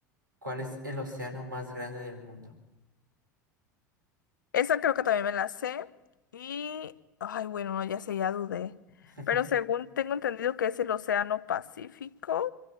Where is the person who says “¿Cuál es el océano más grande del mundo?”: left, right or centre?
Right